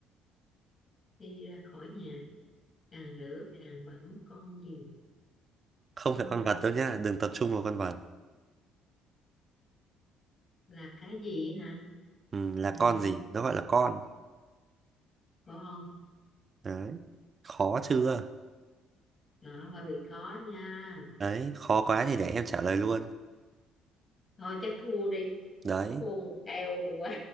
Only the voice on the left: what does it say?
khi ra khỏi nhà càng rửa càng bẩn con gì
con
là cái gì hả
à,
con
đó hơi bị khó nha
thôi chắc thua đi
thua một kèo quá